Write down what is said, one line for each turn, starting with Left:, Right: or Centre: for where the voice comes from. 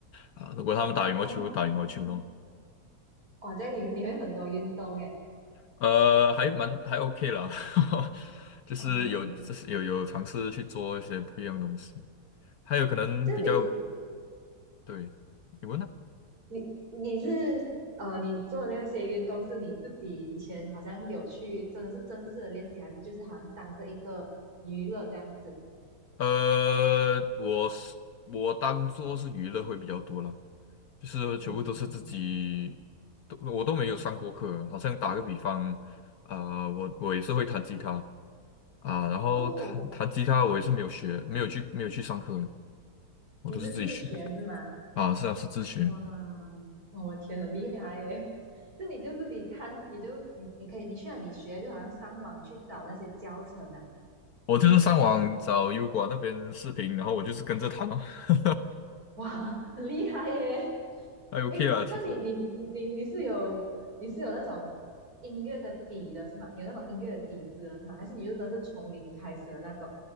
Left: 啊，如果他们打羽毛球，
Right: 哦，
Left: 我打羽毛球咯。
Right: 哇，这样你你会很多运动诶。
Left: 呃，还蛮还 OK 啦，<laughs> 就是有就是有有尝试去做一些不一样的东西，
Right: 哦，
Left: 还有可能比较
Right: 这样你
Left: 对，你问呢？
Right: 你你是呃，你做的那些运动是你自己以前好像有去，真的是正式的练习，还是就是好像当着一个娱乐这样子？
Left: 呃，我是我当做是娱乐会比较多了。就是全部都是自己，
Right: 嗯，
Left: 都我都没有上过课。好像打个比方，啊、我我也是会弹吉他啊、然后弹弹吉他我也是没有学，
Right: 哦，
Left: 没有去没有去上课，我都是自己学
Right: 你是自学是吗？
Left: 啊，是啊是自学。
Right: 哇，哦我天，很厉害耶！<laughs> 那你就自己看，你就你你可以，你去哪里学？就好像上网去找那些教程啊，
Left: 我就是上网找油管那边视频，然后我就是跟着弹哦，<laughs>
Right: 哇，很厉害耶！
Left: 还 OK
Right: 诶，
Left: 啦，其实
Right: 这样你你你你是有你是有那种音乐的底的是吗？你有那种音乐的底子的是吗？还是你就真是从零开始的那种？